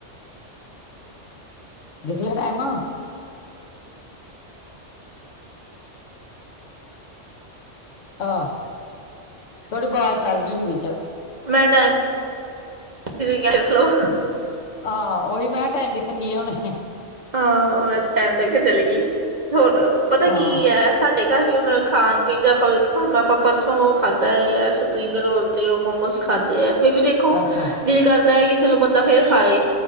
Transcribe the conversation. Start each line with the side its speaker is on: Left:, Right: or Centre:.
Left: ਦੇਖ ਲਿਆ ਟਾਈਮ। ਆਹ, ਥੋੜੀ ਆਵਾਜ਼ ਚੱਲ ਗਈ ਸੀ ਵਿੱਚ।
Right: ਮੈਂ ਟਾਈਮ <inaudible> ਦੇਖਲੋ।
Left: ਆ, ਓਹੀ ਮੈਂ ਟਾਈਮ ਦਿਖਣ ਗੀਆ ਹੁਣੇ।
Right: ਹਾਂ। ਮੈਂ ਟਾਈਮ ਦੇਖਣ ਚਲੀ ਗਈ, ਹੁਣ ਪਤਾ
Left: ਹਾਂ
Right: ਕੀ ਐ ਸਾਡੇ। ਤਾਹੀਓਂ ਹੁਣ ਖਾਣ-ਪੀਣ ਦਾ ਆਪਾਂ ਵੇਖਣਾ ਹੁੰਦਾ ਏ ਆਪਾਂ ਪਰਸੋਂ ਉਹ ਖਾਧਾ ਇਹ ਸਪਰਿੰਗ ਰੋਲ। ਤੇ ਉਹ ਮੋਮੋਸ ਖਾਦੇ ਆ ਫੇਰ ਵੀ ਦੇਖੋ
Left: ਅੱਛਾ
Right: ਦਿਲ ਕਰਦਾ ਹੈ, ਕਿ ਚਲੋ ਬੰਦਾ ਫੇਰ ਖਾਏ।